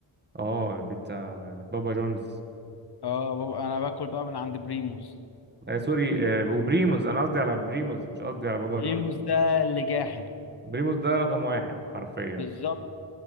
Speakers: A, on the right (about 20°); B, on the left (about 50°).
A: اه البيتزا يعني بابا جونز
B: اه بابا انا باكل بقى من عند بريموس
A: آه سوري آه وبريموز انا قصدي على بريموز مش قصدي على بابا
B: بريموس
A: جونز
B: ده اللي جاحد
A: بريموز ده رقم واحد حرفيا
B: بالظبط